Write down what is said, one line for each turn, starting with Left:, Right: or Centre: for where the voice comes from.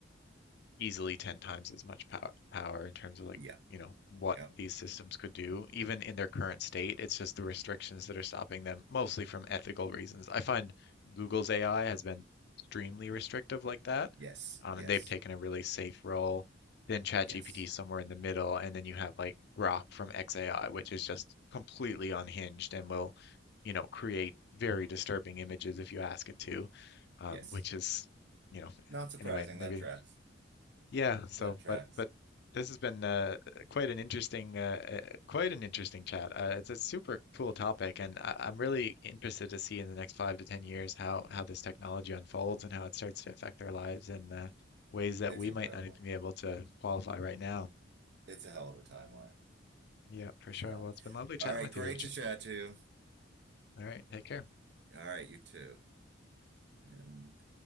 Left: easily 10 times as much power power in terms of like,
Right: Yeah,
Left: you know, what
Right: yeah,
Left: these systems could do, even in their current state. It's just the restrictions that are stopping them, mostly from ethical reasons. I find Google's AI has been extremely restrictive like that.
Right: yes,
Left: Um,
Right: yes,
Left: and they've taken a really safe role. Then ChatGPT
Right: yes,
Left: somewhere in the middle, and then you have like Grok from xAI, which is just completely unhinged and will, you know, create very disturbing images if you ask it to, um,
Right: yes.
Left: which is, you know,
Right: Not surprising.
Left: anyway, maybe
Right: That tracks.
Left: yeah, so
Right: That tracks.
Left: but but this has been uh, quite an interesting uh, uh, quite an interesting chat. Uh, it's a super cool topic, and I, I'm really interested to see in the next five to ten years how how this technology unfolds and how it starts to affect our lives in uh, ways that
Right: It's
Left: we
Right: incredible.
Left: might not even be able to qualify right now.
Right: It's a hell of a timeline.
Left: Yeah, for
Right: So,
Left: sure. Well, it's been lovely chatting
Right: all right,
Left: with
Right: great
Left: you, Richard.
Right: to chat to you.
Left: All right, take care.
Right: All right, you too. And